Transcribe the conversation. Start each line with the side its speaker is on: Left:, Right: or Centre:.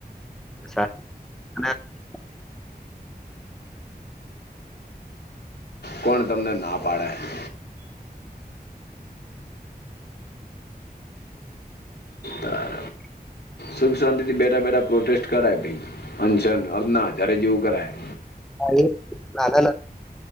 Centre: <unintelligible>
Left: કોણ તમને ના પાડે હે
Centre: <unintelligible>
Left: તાર. સુખ શાંતિ થી બેઠા બેઠા પ્રોટેસ્ટ કરાય ભઈ અનશન અન્ના હજારે જેવું કરાય.
Centre: હા એ નાના નથી.